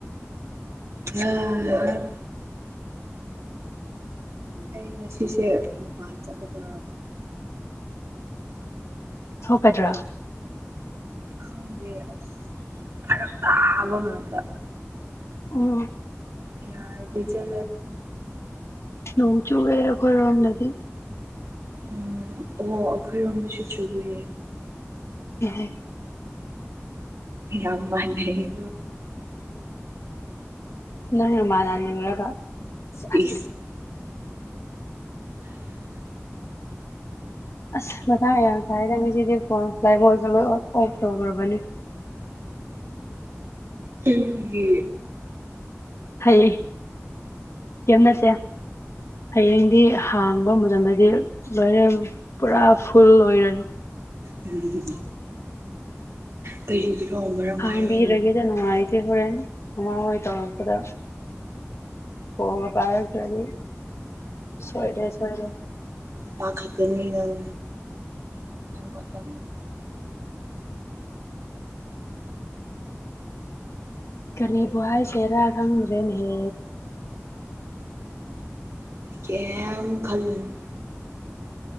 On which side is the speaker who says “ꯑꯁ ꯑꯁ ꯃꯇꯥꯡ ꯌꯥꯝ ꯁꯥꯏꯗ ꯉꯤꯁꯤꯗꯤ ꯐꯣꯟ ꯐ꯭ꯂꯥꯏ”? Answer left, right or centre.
Left